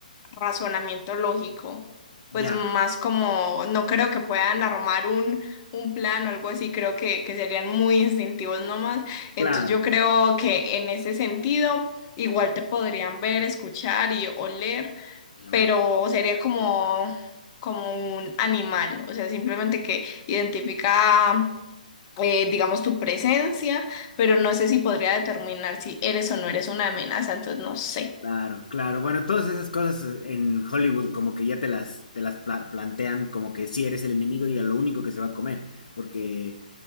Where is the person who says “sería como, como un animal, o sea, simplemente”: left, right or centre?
Left